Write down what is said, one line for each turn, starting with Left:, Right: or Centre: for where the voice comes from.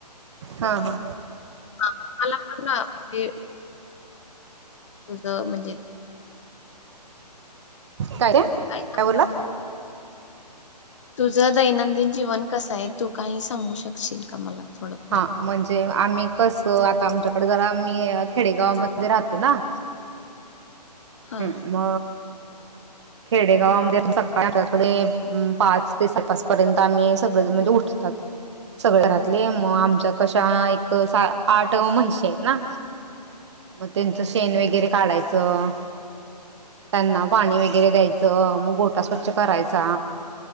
Right: हा हा
Left: ह मला पण ना म्हणज तुझ म्हणजे
Right: काय का
Left: काय
Right: कावला
Left: तुझं दैनंदिन जीवन कसं आहे तू काही सांगू शकशील का मला थोडंफार?
Right: हा म्हणजे आम्ही कस आता आमच्याकडे जरा मी खेडेगाव मध्ये राहतो ना
Left: हां
Right: हम् म खेडेगावमध्ये सकाळी आमच्याकडे पाच ते सहा पाच पर्यंत आम्ही सगळे म्हणजे उठ तत सगळे घरातले मग आमच्या कशा एक आठ म्हशी आहेत ना मग त्यांचं शेण वगैरे काढायचं त्यांना पाणी वगैरे द्यायचं मग गोटा स्वच्छ करायचा